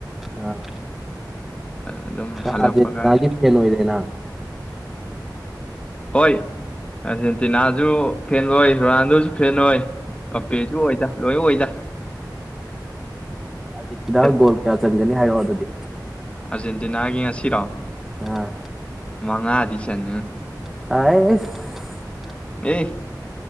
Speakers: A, in the centre; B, on the left (about 15°).
A: ꯑꯥ
B: ꯑꯗꯨꯝ ꯍꯜꯂꯛꯄꯒ
A: ꯑꯥꯔꯖꯦꯟꯇꯤꯅꯥꯒꯤ ꯐꯦꯟ ꯑꯣꯏꯔꯦꯅ
B: ꯍꯣꯏ ꯑꯔꯖꯦꯟꯇꯤꯅꯥꯁꯨ ꯐꯦꯟ ꯑꯣꯏ ꯔꯣꯅꯥꯜꯗꯣꯁꯨ ꯐꯦꯟ ꯑꯣꯏ ꯄꯄꯦꯁꯨ ꯑꯣꯏꯗ ꯂꯣꯏ ꯑꯣꯏꯗ
A: ꯑꯔꯖꯦꯟꯇꯤꯅ
B: ꯑꯦ,
A: ꯒꯣꯜ ꯀꯌꯥ ꯆꯟꯈꯔꯒꯦ ꯈꯟꯒꯅꯤ ꯍꯥꯏꯔꯣ ꯑꯗꯨꯗꯤ
B: ꯑꯥꯔꯖꯦꯟꯇꯤꯅꯥꯒꯤ ꯉꯁꯤꯔꯣ
A: ꯑꯥ
B: ꯃꯉꯥꯗꯤ ꯆꯟꯒꯅꯤ
A: ꯑꯥꯏꯁꯁꯁ
B: ꯑꯦ